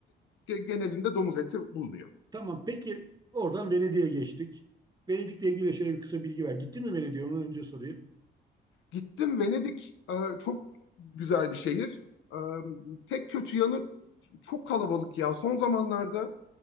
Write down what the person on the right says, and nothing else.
Tamam peki oradan Venedik'e geçtik. Venedik'le ilgili şöyle bir kısa bilgi ver. Gitti mi Venedik'e? Onu önce sorayım.